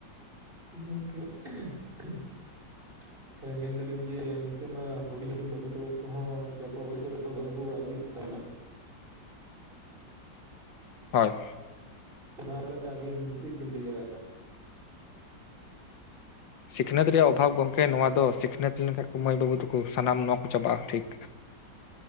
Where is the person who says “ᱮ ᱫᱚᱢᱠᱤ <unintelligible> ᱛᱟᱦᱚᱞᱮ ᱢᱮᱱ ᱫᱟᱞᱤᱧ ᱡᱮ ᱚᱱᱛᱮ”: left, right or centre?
Right